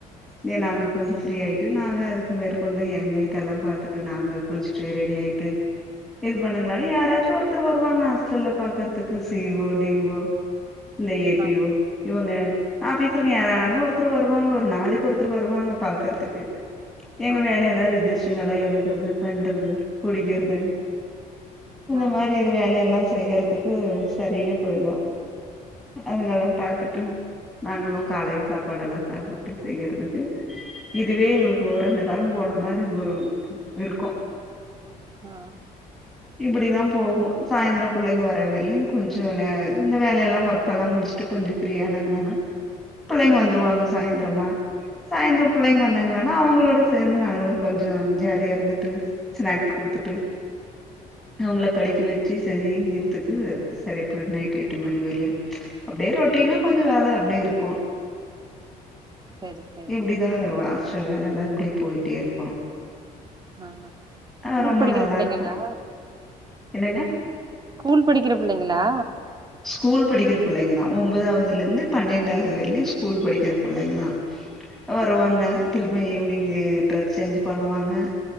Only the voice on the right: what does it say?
ஆ
ஆ
ஆ
ஆ
சரி சரி
ஆ
சரி சரிங்க
ஆமா ஸ்கூல்
படிக்கிற
பிள்ளைங்களா
ஸ்கூல் படிக்கிற பிள்ளைங்களா